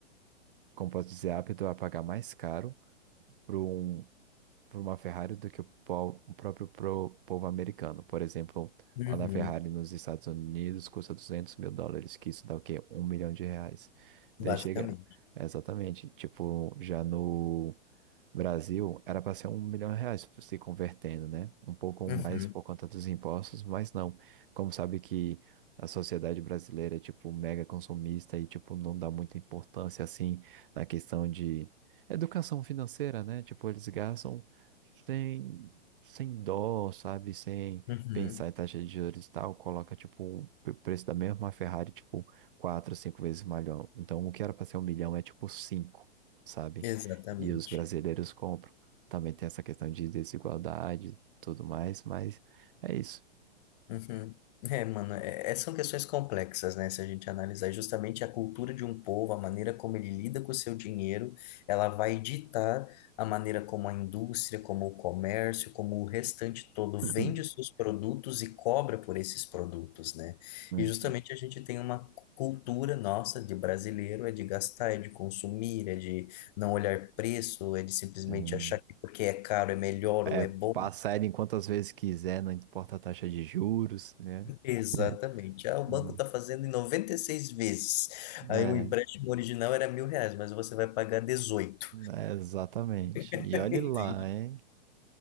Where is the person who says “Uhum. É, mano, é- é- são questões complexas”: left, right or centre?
Left